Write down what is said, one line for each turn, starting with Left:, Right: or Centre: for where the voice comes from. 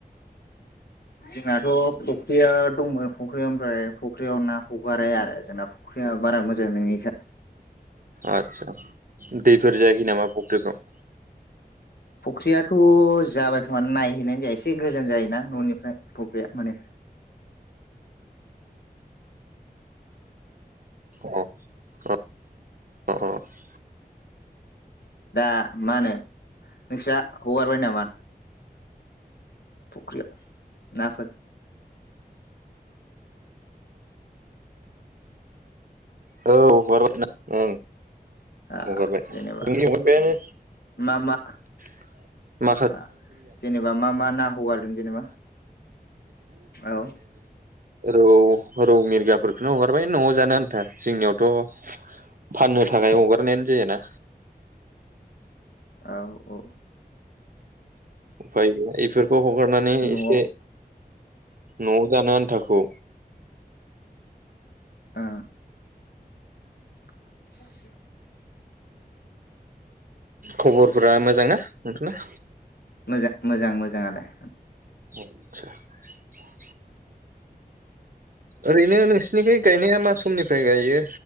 Left: जोंनाथ' फख्रिया दंमोन फख्रिया ओमफ्राय फख्रियाव ना हगारा आरो जोंना फख्रिया बारा मोजां नोङि <unintelligible>
Right: आदसा दैफोर जायाखै नामा फुख्रिफ्राव?
Left: फख्रियाथ' जाबाय खोमा नायहैनाय जाया एसे गोजान जायोना ननिफ्राय फख्रिया माने
Right: <unintelligible>
Left: दा मा होनो नोंस्रा हगारबाय नामा? फुख्रियाव नाफोर
Right: औ ना ओं
Left: आ
Right: हगारबाय
Left: जेनेबा
Right: जों हगारबायानो
Left: मा मा
Right: <unintelligible>
Left: आ जेनेबा मा मा ना हगारदों जेनेबा औ
Right: रौ -रौ मिरगाफोरखौनो हगारबाय नआव जानो आन्था जोंनियावथ' फाननो थाखाय हगारनायानो जायाना
Left: औ औ
Right: उफाय गैया बेफोरखौ हगारनानै
Left: न'आव
Right: एसे न'आव जानो आन्थाखौ
Left: आ <unintelligible>
Right: खबरफोरा मोजां ना नोंथांना
Left: मोजां मोजां मोजाङालाय
Right: <inaudible> ओरैनो नोंसिनिखाय गायनाया मा समनिफ्राय गायो